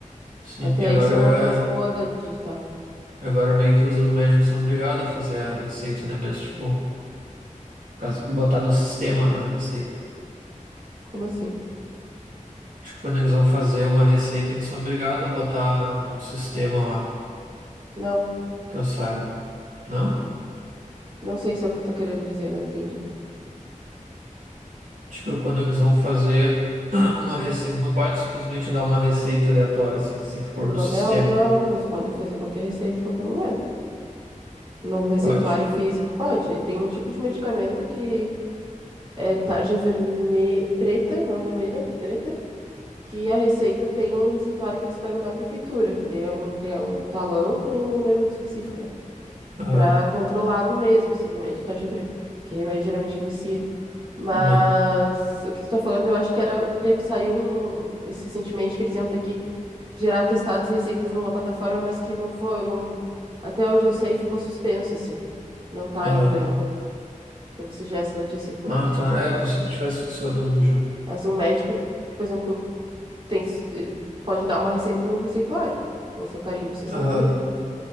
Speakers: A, on the right; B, on the right.
A: Sim,
B: Até
A: e agora.
B: isso é uma coisa boa da digital.
A: Agora meio que os médicos são obrigados a fazer a receita, né? Mesmo, tipo, caso- botar no sistema a receita.
B: Como assim?
A: Tipo, quando eles vão fazer uma receita, eles são obrigados a botar num sistema lá,
B: Não,
A: que eu saiba. Não?
B: não sei se é o que tu tá querendo dizer, não entendi.
A: Tipo, quando eles vão fazer <clears throat> uma receita, eles não pode simplesmente dar uma receita aleatória, assim, eles têm que pôr
B: No
A: no
B: papel,
A: sistema.
B: não, vocês podem fazer qualquer receita em qualquer momento. Num receituário
A: Pode?
B: físico, pode. Eh, Tem um tipo de medicamento que é tarja vermelha, preta, não vermelha, preta, que a receita tem um receituário que eles pegam na prefeitura, que daí é um, tem um talão que tem um número específico, né?
A: Aham,
B: Pra controlado mesmo, assim, remédio de tarja preta, que é remédio geralmente que vicia. Mas
A: aham,
B: o que tu tá falando, eu acho que era, teve, saiu um, um- esse- recentemente que eles iam ter que gerar testados e receitas numa plataforma, mas que não foi, não, até onde eu sei, ficou suspenso, assim. Não tá
A: aham.
B: ainda, talvez seja essa notícia que tu
A: Ah,
B: viu.
A: tá. É, por se tivesse funcionando já.
B: Mas um médico, que, por exemplo, tem, s- ele pode dar uma receita num receituário, com seu carimbo, sua assinatura.
A: Aham.